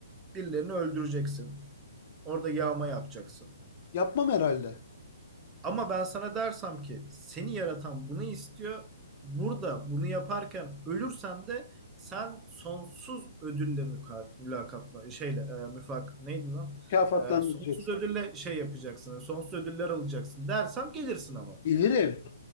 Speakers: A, on the right; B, on the left.
A: Birilerini öldüreceksin. Orada yağma yapacaksın.
B: Yapmam herhalde.
A: Ama ben sana dersem ki seni yaratan bunu istiyor. Burada bunu yaparken ölürsen de sen sonsuz ödülle müka- mülakatla şeyle e, müfak neydi lan?
B: Mükafatlandıracaksın.
A: E, sonsuz ödülle şey yapacaksın. Sonsuz ödüller alacaksın dersem gelirsin ama.
B: Bilirim.